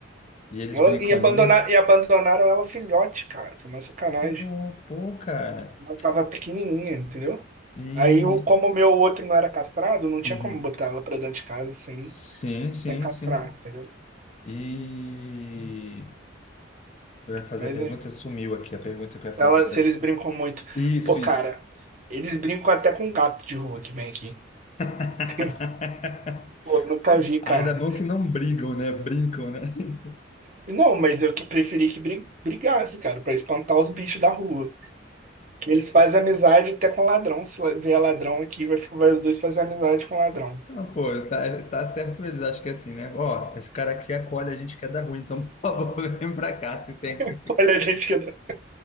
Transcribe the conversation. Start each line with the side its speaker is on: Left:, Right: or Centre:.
Left: E eles
Right: Ela-
Left: brincam
Right: e, abandonar,
Left: muito.
Right: e abandonaram ela filhote, cara. Foi uma sacanagem.
Left: Pô, pô, cara.
Right: Ela tava pequenininha, entendeu?
Left: E.
Right: Aí, o- como o meu outro não era castrado, não tinha
Left: Uhum.
Right: como botar ela pra dentro de casa sem,
Left: Sim, sim,
Right: sem castrar,
Left: sim.
Right: entendeu?
Left: E. Eu ia fazer
Right: Mas
Left: a pergunta,
Right: é.
Left: sumiu aqui a pergunta que eu ia
Right: Ela,
Left: fazer para
Right: se eles
Left: tu.
Right: brincam muito.
Left: Isso,
Right: Pô,
Left: isso.
Right: cara, eles brincam até com gato de rua que vem aqui.
Left: <laughs>
Right: <laughs> Pô, nunca vi, cara.
Left: Ainda bom que não brigam, né? Brincam, né? <laughs>
Right: Não, mas eu que preferi que bri- brigasse, cara, pra espantar os bichos da rua. Que eles fazem amizade até com ladrão. Se la- vier ladrão aqui, vai, vai os dois fazer amizade com ladrão.
Left: Ah, pô, tá, tá certo eles, acho que é assim, né? Ó, esse cara aqui acolhe a gente que é da rua, então, <laughs> por favor, vem pra cá. Tu tem que...
Right: <laughs> Olha a gente que. dá-